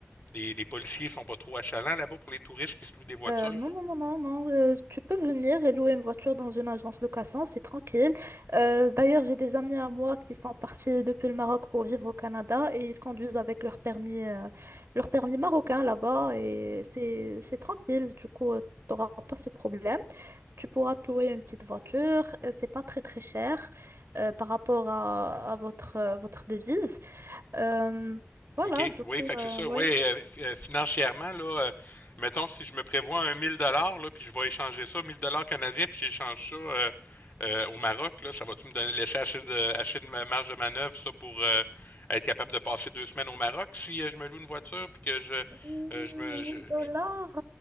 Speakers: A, on the left; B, on the right.
A: les, les policiers sont pas trop achalants là-bas pour les touristes qui se louent des voitures?
B: Euh, non, non, non, non, non. euh, tu peux venir et louer une voiture dans une agence location, c'est tranquille. Euh, d'ailleurs, j'ai des amis à moi qui sont partis depuis le Maroc pour vivre au Canada et ils conduisent avec leur permis, euh, leur permis marocain là-bas et c'est, c'est tranquille. Du coup, tu n'auras pas ce problème. Tu pourras te louer une petite voiture. euh, C'est pas très, très cher euh, par rapport à, à votre, euh, votre devise. Euh, voilà,
A: OK,
B: du
A: oui,
B: coup,
A: fait
B: euh,
A: que c'est ça.
B: ouais.
A: Oui, euh, f- euh, financièrement, là, euh, mettons si je me prévois un 1000 dollars, là, puis je vais échanger ça, 1000 dollars canadiens, puis j'échange ça euh, euh, au Maroc, là, ça va-tu me donner laisser assez de, assez de ma- marge de manœuvre, ça, pour euh, être capable de passer deux semaines au Maroc si euh, je me loue une voiture, puis que je,
B: mille
A: euh, je me, je,
B: dollars,
A: je me-